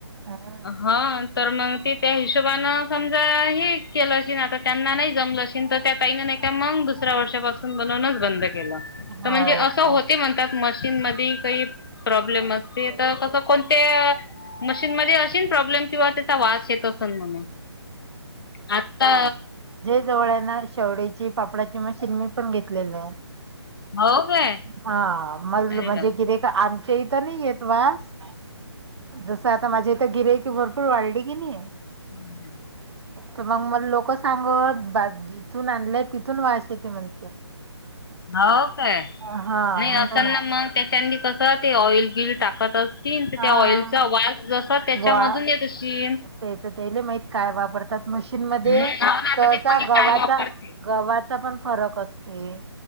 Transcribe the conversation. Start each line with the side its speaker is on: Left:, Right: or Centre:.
Right: हम्म
Left: हा, तर मग ते त्या हिशोबानें समजा, हे केलं, अशी ना आता त्यांना नाही जमलं तर त्या ताईन एका मंग दुसऱ्या वर्षापासून बनवनच बंद केलं.
Right: हो
Left: तर म्हणजे असं
Right: का
Left: होते म्हणतात मशीन मध्ये काही प्रॉब्लेम असते तर तसं कोण ते मशीन मध्ये अशी प्रॉब्लेम किंवा त्याचा वास येतो. <unintelligible> आता
Right: जवळना शेवडीची पापडाची मशीन मी पण घेतलेले आहे.
Left: हो काय
Right: हा म
Left: अरे
Right: म्हणजे कर का आमच्या इथ नाही येत वास. जसं आता माझ्या इथं गिरायकी भरपूर वाढली की नाही
Left: <inaudible>
Right: तर मग मला लोक सांगत जिथून आणले तिथून वाश ते म्हणते
Left: हो काय
Right: हा
Left: नाही
Right: म्हणून
Left: असल
Right: आ-
Left: ना मग त्याच्या कसं ते ऑइल गिल टाकत अस तन
Right: हा
Left: त्या ऑइलचा वास जस त्याच्यामधून
Right: वा
Left: येतशी
Right: त्याच तेले माहित काय वापरतात मशीन मध्ये
Left: हो ना आता
Right: सहसा
Left: ते कोणी
Right: गव्हाचा
Left: काय वापरते
Right: गव्हाचा पण फरक असते